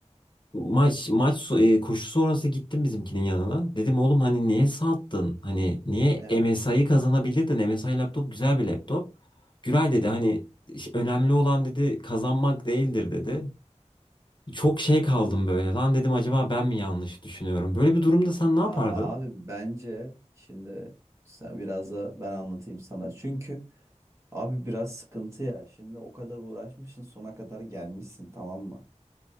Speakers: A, on the left; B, on the right.
A: maç maç so- e, koşu sonrası gittim bizimkinin yanına. Dedim oğlum hani niye sattın? Hani niye
B: Evet.
A: MSI'yi kazanabilirdin? MSI laptop güzel bir laptop. Güray dedi hani "İş- önemli olan dedi kazanmak değildir dedi. Çok şey kaldım böyle. Lan dedim acaba ben mi yanlış düşünüyorum? Böyle bir durumda sen ne
B: Ya
A: yapardın?
B: abi bence şimdi sen biraz da ben anlatayım sana. Çünkü abi biraz sıkıntı ya. Şimdi o kadar uğraşmışsın sona kadar gelmişsin tamam mı?